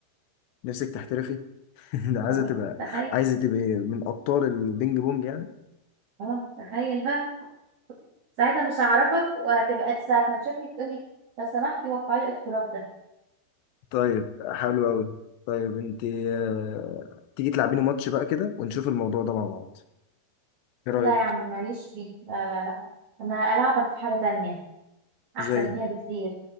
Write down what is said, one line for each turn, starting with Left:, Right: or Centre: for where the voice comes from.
Left: نفسك تحترفي <laughs> ده عايزة
Right: اه
Left: تبقى
Right: تخيل
Left: عايزة تبقى من أبطال البينج بونج يعني
Right: اه تخيل بقى ساعتها مش هعرفك وهتبقى ساعه ما تشوفني تقولي لو سمحتي وقعي لي الاوتوجراف ده
Left: طيب حلو أوي طيب أنت آه، تيجي تلعبيني ماتش بقى كده ونشوف الموضوع ده مع بعض إيه رأيك
Right: لا يا عم ماليش فيه لا لا لا انا العبك في حاجه تانية احسن
Left: زي
Right: فيها بكتير